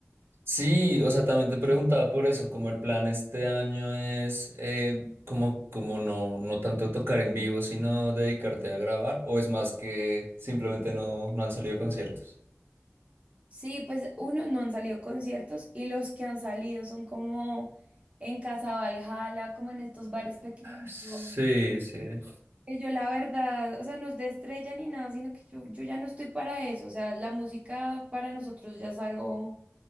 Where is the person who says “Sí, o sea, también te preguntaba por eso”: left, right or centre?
Right